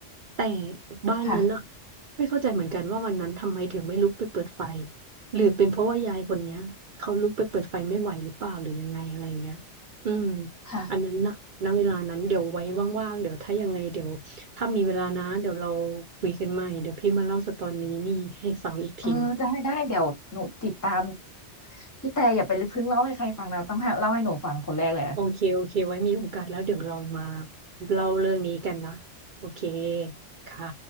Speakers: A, on the right (about 55°); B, on the left (about 15°).
A: แต่บ้านนั้นอะ
B: ค่ะ
A: ไม่เข้าใจเหมือนกันว่าวันนั้นทำไมถึงไม่ลุกไปเปิดไฟ หรือเป็นเพราะว่ายายคนเนี้ยเขาลุกไปเปิดไฟไม่ไหวหรือเปล่าหรือยังไงอะไรอย่างเงี้ยอืม
B: ค่ะ
A: อันนั้นนะณเวลานั้นเดี๋ยวไว้ว่างๆเดี๋ยวถ้ายังไงเดี๋ยวถ้ามีเวลานะเดี๋ยวเราคุยกันใหม่เดี๋ยวพี่มาเล่าสตอรี่นี่ให้ฟังอีกทีหนึง
B: เออจะให้ได้เดี๋ยวหนูติดตามพี่แต่อย่าไปเพิ่งเล่าให้ใครฟังนะต้องให้เล่าให้หนูฟังคนแรกเลยนะ
A: โอเคโอเคไว้มีโอกาสแล้วเดี๋ยวเรามาเล่าเรื่องนี้กันนะโอเคค่ะ